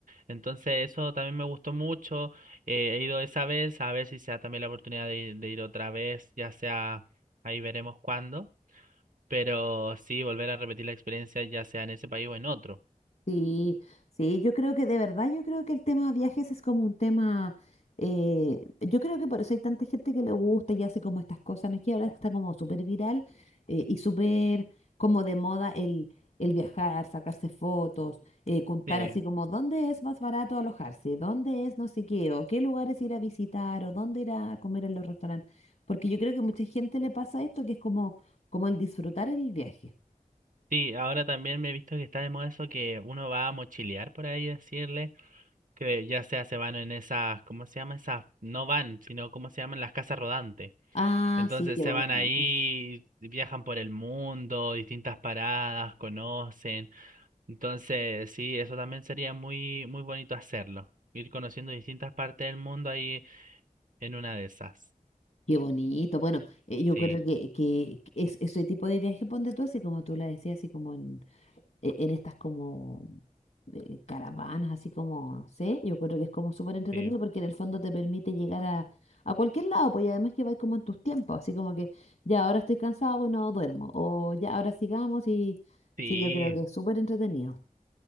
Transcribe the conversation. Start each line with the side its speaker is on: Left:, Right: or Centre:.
Right: Entonces eso también me gustó mucho. Eh, he ido esa vez, a ver si sea también la oportunidad de, ir de ir otra vez, ya sea, ahí veremos cuándo, pero sí, volver a repetir la experiencia, ya sea en ese país o en otro.
Left: Sí, sí, yo creo que de verdad, yo creo que el tema viajes es como un tema, eh, yo creo que por eso hay tanta gente que le gusta y hace como estas cosas, no es que ahora está como súper viral eh, y súper como de moda el, el viajar, sacarse fotos, eh, contar
Right: Sí,
Left: así como dónde es más barato alojarse, dónde es no sé qué, o qué lugares ir a visitar, o dónde ir a comer en los restaurantes, porque yo creo que mucha gente le pasa esto que es como, como el disfrutar el viaje.
Right: sí, ahora también me he visto que está de moda eso que uno va a mochilear por ahí, decirle, que ya sea se van en esas, ¿cómo se llama? Esas, no van, sino ¿cómo se llaman? Las casas rodantes.
Left: Ah,
Right: Entonces
Left: sí, qué
Right: se
Left: bonito.
Right: van ahí, viajan por el mundo, distintas paradas, conocen. Entonces, sí, eso también sería muy, muy bonito hacerlo. Ir conociendo distintas partes del mundo ahí en una de esas.
Left: Qué bonito. Bueno, eh, yo
Right: Sí,
Left: creo que, que es, ese tipo de viaje, ponte tú así como tú la decías, así como en, e- en estas como eh, caravanas, así como, no sé, yo creo que es como súper entretenido
Right: sí,
Left: porque en el fondo te permite llegar a, a cualquier lado, pues y además que vais como en tus tiempos, así como que ya ahora estoy cansado, bueno, duermo, o ya ahora sigamos y
Right: sí,
Left: sí, yo creo que es súper entretenido.